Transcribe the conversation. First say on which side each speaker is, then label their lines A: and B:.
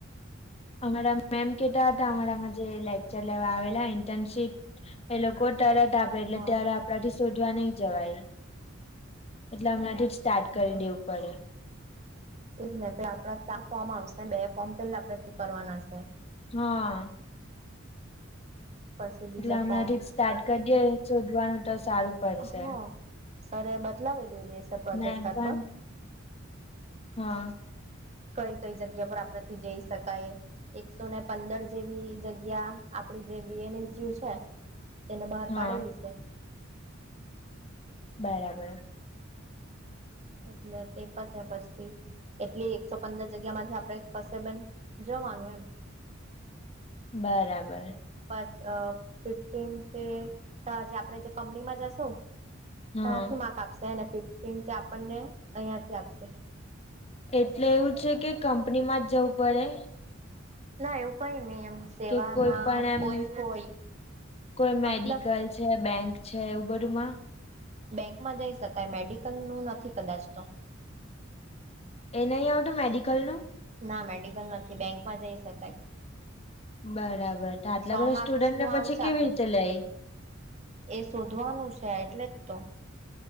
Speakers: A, on the left; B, on the right.
A: અમારા મેમ કેતા હતા, અમારામાં જે લેક્ચર લેવા આવેલા ઇન્ટર્નશીપ એ લોકો તરત આપે, એટલે
B: હા
A: ત્યારે આપણાથી શોધવા નહીં જવાય એટલે હમણાં. સ્ટાર્ટ કરી
B: હા.
A: દેવું પડે.
B: એજ નને પ આપડા ચાર ફોર્મ આવશે ને બે ફોર્મ પેલા આપણે ક્લ કરવાના છે.
A: હા.
B: પછી બીજા
A: એટલે હમણાંથી
B: ફોર્મ
A: સ્ટાર્ટ કરી દે શોધવાનું તો સારું. પડશે
B: હ સર બદલાવેલું એ દેએ સર પ્રોજેક્ટર
A: મેમ પણ
B: પર.
A: હા.
B: કઈ કઈ જગ્યા પર આપણાથી જઈ શકાય. એકસો ને પંદર જેવી જગ્યા આપડી જે વી એન એસ જીયું છે. તેને બહાર
A: હા
B: પાડેલી છે.
A: બરાબર!
B: એટલે તે પતે્યા પછી કેટલી એકસો પંદર જગ્યા માંથી આપડે કશે પન. જવાનું એમ.
A: બરાબર.
B: પાંચ અ ફિફ્ટીન તે જે આપડે જે કંપનીમાં જશુ
A: હા
B: તથી માક આપ. સેને ફિફ્ટીન થી આપણને અહિયાં થી આપશે.
A: એટલે એવું છે કે કંપની માં જ જવું પડે.
B: ના એવું કઈ નહી એમ. સેવાના
A: કે કોઈ પણ એમ
B: કોઈ હોય
A: કોઈ મેડિકલ
B: મતલબ
A: છે બેંક. છે એવું બધું માં.
B: બેંકમાં જઈ શકાય મેડિકલ નું નથી કદાચ તો.
A: એ ન આવતું મેડિકલનું.
B: ના મેડિકલ નથી બેંકમાં જઈ શકાય.
A: બરાબર તો આટલા
B: સો
A: બધા
B: માર્ક્સ
A: સ્ટુડન્ટ
B: નું
A: ને પછી
B: આવશે આપડું
A: કેવી રીતે લેય.
B: એ શોધવાનું છે એટલેજ તો.